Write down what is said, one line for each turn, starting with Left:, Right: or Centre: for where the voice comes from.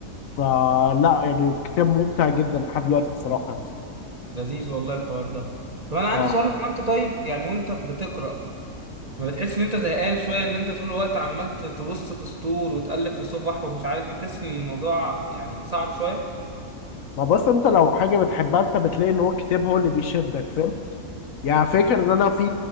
Left: فلا يعني الكتاب ممتع جدا لحد دلوقتي بصراحة يعني.
Right: لذيذ والله الحوار ده طب انا عندي
Left: اه
Right: سؤال هو انت طيب يعني وانت بتقرا ما بتحس ان انت زهقان شويه ان انت طول الوقت عمال تبص في سطور وتقلب في صفح ومش عارف بتحس ان الموضوع يعني صعب شويه
Left: ما بس انت لو حاجة بتحبها انت بتلاقي ان هو الكتاب هو اللي بيشدك فاهم يعني فاكر ان انا في